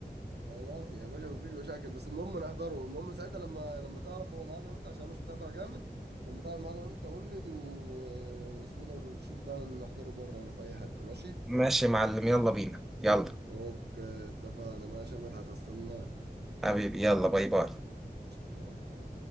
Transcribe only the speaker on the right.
خلاص يا باشا مفيش مشاكل بس المهم نحضره المهم ساعتها لما لما تعرف هو ميعاده امتى عشان أنا مش متابع جامد لما تعرف ميعاده امتى قول لي و- واسمه ده ونشوف بقى نحضره بره ولا في اي حتة ماشي
اوكي اتفقنا ماشي يا مدحت هستناك
باي باي